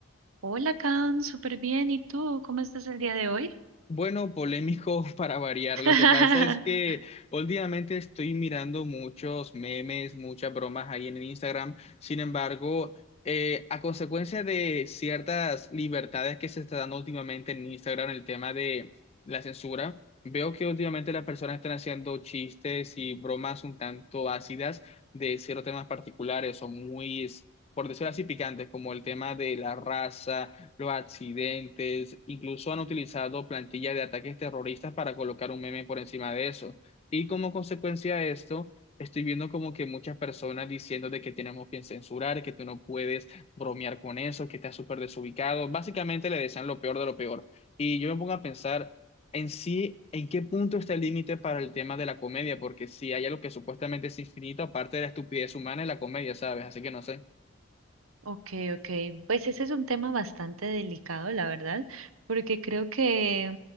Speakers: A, on the right (about 80°); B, on the left (about 30°).
A: Hola, Can, súper bien. ¿Y tú? ¿Cómo estás el día de hoy?
B: Bueno, polémico <laughs> para variar.
A: <laughs>
B: Lo que pasa es que últimamente estoy mirando muchos memes, muchas bromas ahí en Instagram. Sin embargo, eh, a consecuencia de ciertas libertades que se está dando últimamente en Instagram, el tema de la censura, veo que últimamente las personas están haciendo chistes y bromas un tanto ácidas de ciertos temas particulares o muy, por decirlo así, picantes, como el tema de la raza los accidentes, incluso han utilizado plantillas de ataques terroristas para colocar un meme por encima de eso. Y como consecuencia de esto, estoy viendo como que muchas personas diciendo de que tenemos que censurar, que tú no puedes bromear con eso, que estás súper desubicado. Básicamente le desean lo peor de lo peor. Y yo me pongo a pensar en sí, en qué punto está el límite para el tema de la comedia, porque si hay algo que supuestamente es infinito, aparte de la estupidez humana, es la comedia, ¿sabes? Así que no sé.
A: Ok, ok. Pues ese es un tema bastante delicado, la verdad, porque creo que,